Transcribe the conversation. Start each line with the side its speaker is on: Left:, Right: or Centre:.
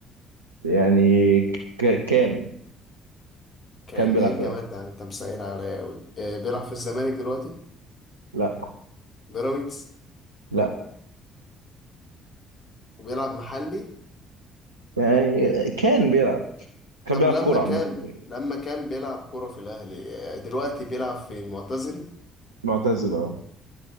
Right: يعني ك... ك- كان
Left: كان
Right: كان بيلعب
Left: ده ايه الجمال
Right: في الأهلي
Left: ده انت مسهل عليا قوي أه بيلعب في الزمالك دلوقتي
Right: لا
Left: بيراميدز
Right: لا
Left: وبيلعب محلي
Right: يعني كان بيلعب كان
Left: طب
Right: بيلعب
Left: لما
Right: كورة
Left: كان
Right: عامة يعني
Left: لما كان بيلعب كرة في الأهلي آه، دلوقتي بيلعب فين معتزل
Right: معتزل اه